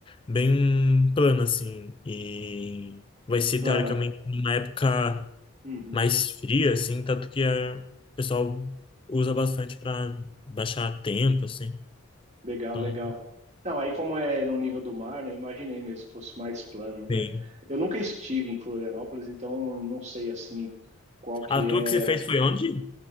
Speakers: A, on the left; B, on the right.
A: bem plana, assim, e vai ser,
B: Claro.
A: teoricamente, numa época
B: Uhum.
A: mais fria, assim, tanto que é, o pessoal usa bastante para baixar tempo, assim.
B: Legal,
A: Então,
B: legal. Não, aí como é no nível do mar, né, imaginei mesmo que fosse mais plano, né?
A: sim.
B: Eu nunca estive em Florianópolis, então não sei assim qual que
A: A tua
B: é
A: que você fez foi onde?